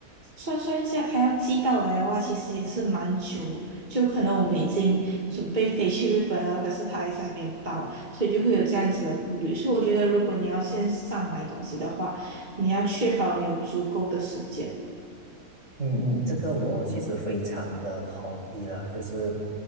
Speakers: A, on the right (about 30°); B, on the right (about 55°).
A: 算算一下，它要寄到来的话，其实也是蛮久，就可能我们已经准备飞去日本了，可是它还是还没有到，所以就会有这样子的顾虑。所以我觉得，如果你要线上买东西的话，你要确保你有足够的时间，
B: 嗯嗯，这个我其实非常的同意啦，就是，